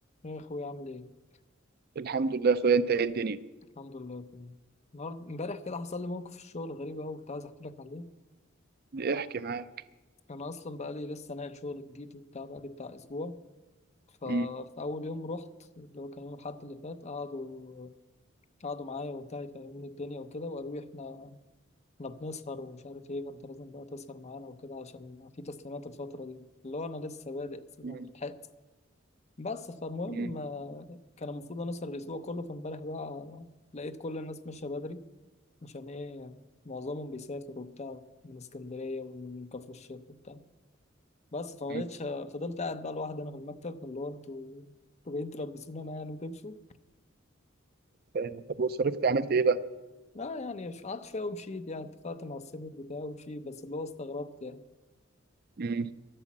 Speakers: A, on the left; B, on the right.
A: ايه يا اخويا عامل ايه
B: الحمد لله يا اخويا انت ايه الدنيا
A: الحمد لله تمام النهارده امبارح كده حصل لي موقف في الشغل غريب قوي كنت عايز احكي لك عليه
B: احكي معاك
A: انا اصلا بقى لي لسه ناقل شغل جديد وبتاع بقى لي بتاع اسبوع ففي
B: مم.
A: اول يوم رحت اللي هو كان يوم الاحد اللي فات قعدوا قعدوا معايا وبتاع يفهموني الدنيا وكده وقالوا لي احنا احنا بنسهر ومش عارف ايه فانت لازم بقى تسهر معانا وكده عشان في تسليمات الفتره دي اللي هو انا لسه بادئ أساساً،
B: مم.
A: انا لحقت بس فالمهم
B: مم.
A: آه، كان المفروض انا اسهر الاسبوع كله فامبارح بقى لقيت كل الناس ماشيه بدري عشان ايه يعني معظمهم بيسافر وبتاع من اسكندرية ومن كفر الشيخ وبتاع بس فما
B: مم.
A: بقتش فضلت قاعد بقى لوحدي انا في المكتب اللي هو انتوا انتوا جايين تلبسوني انا يعني وتمشوا
B: فاهم. طب وصرفت عملت ايه بقى
A: لا يعني ش- قعدت شوية ومشيت يعني اتفقت مع السينيور بتاعي ومشيت بس اللي هو استغربت يعني
B: مم.